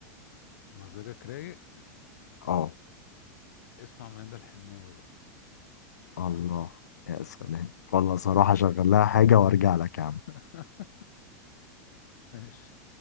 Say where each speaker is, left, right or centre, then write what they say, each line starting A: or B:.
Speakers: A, on the left; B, on the left.
A: مزاجك رايق
B: اه
A: اسمع ميادة الحناوي بقى
B: الله
A: <laughs> خلاص.
B: يا سلام والله صراحة شغل لها حاجة وأرجع لك
A: <laughs>
B: يا عم
A: ماشي